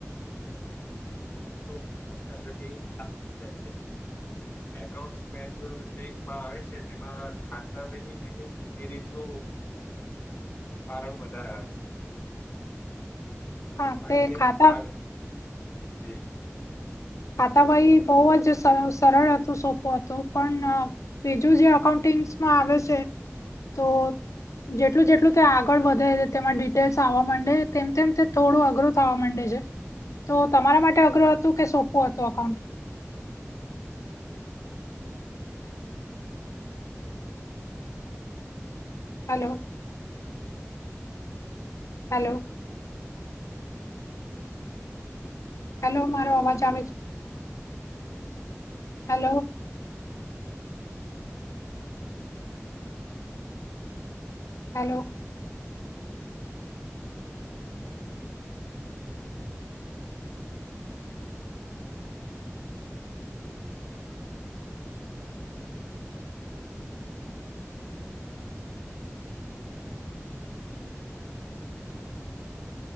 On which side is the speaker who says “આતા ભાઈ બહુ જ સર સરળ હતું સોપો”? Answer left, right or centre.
Left